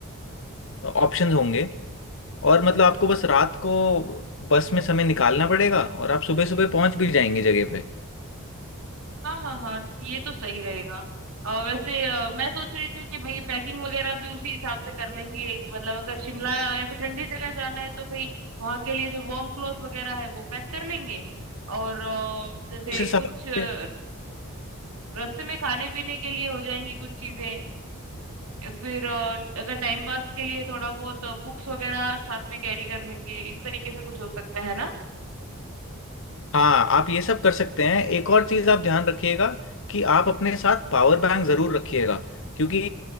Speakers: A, on the left; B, on the right.
A: ऑप्शंस होंगे और मतलब आपको बस रात को बस में समय निकालना पड़ेगा और आप सुबह सुबह पहुंच भी जाएंगे जगह पे
B: हाँ हाँ हाँ ये तो सही रहेगा और वैसे अ, मैं सोच रही थी कि भाई पैकिंग वगैरह भी उसी हिसाब से कर लेंगे कि मतलब अगर शिमला या फिर ठंडी जगह जाना है तो भाई वहाँ के लिए जो वार्म क्लॉथ वगैरह है वो पैक कर लेंगे और अ, जैसे
A: उस हिसाब
B: कुछ अ,
A: से
B: रास्ते में खाने पीने के लिए हो जाएंगी कुछ चीजें फिर अ, अगर टाइम पास के लिए थोड़ा बहुत बुक्स वगैरह साथ में कैरी कर लेंगे इस तरीके से कुछ हो सकता है ना
A: हाँ आप ये सब कर सकते हैं एक और चीज आप ध्यान रखिएगा कि आप अपने साथ पावर बैंक जरूर रखिएगा क्योंकि